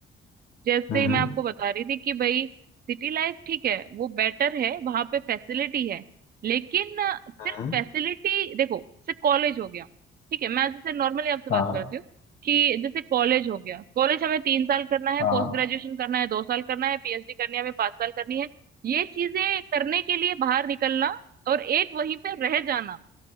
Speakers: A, on the right; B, on the left.
A: जैसे
B: हम्म
A: मैं आपको बता रही थी कि भाई सिटी लाइफ ठीक है वो बेटर है वहां पे फैसिलिटी है लेकिन अ, सिर्फ
B: हम्म
A: फैसिलिटी देखो जैसे कॉलेज हो गया ठीक है मैं जैसे नॉर्मली आपसे बात
B: हाँ
A: करती हूँ कि जैसे कॉलेज हो गया कॉलेज हमें तीन साल करना है
B: हाँ
A: पोस्ट ग्रेजुएशन करना है दो साल करना है पीएचडी करनी है हमें पांच साल करनी है ये चीजें करने के लिए बाहर निकलना और एक वहीं पे रह जाना